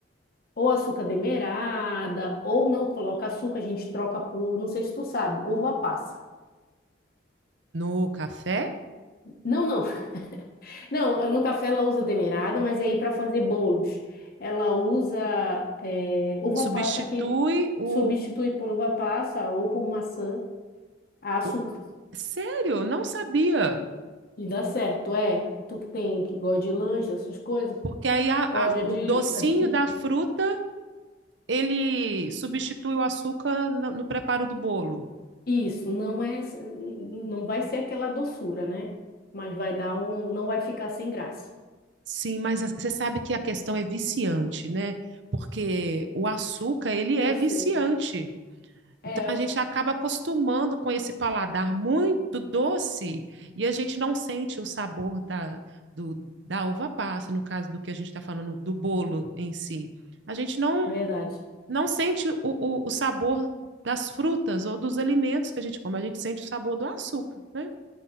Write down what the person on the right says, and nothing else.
no café
substitui
o,
o... sério, não sabia.
Porque aí a,
a,
o docinho
da fruta, ele substitui o açúcar no, no preparo do bolo.
Sim, mas a, você sabe que a questão é viciante, né? Porque o açúcar, ele é
viciante
Então, a gente acaba acostumando com esse paladar muito doce e a gente não sente o sabor da, do, da uva passa, no caso do que a gente está falando, do bolo em si. A gente não,
não sente o, o, o sabor das frutas ou dos alimentos que a gente come, a gente sente o sabor do açúcar, né?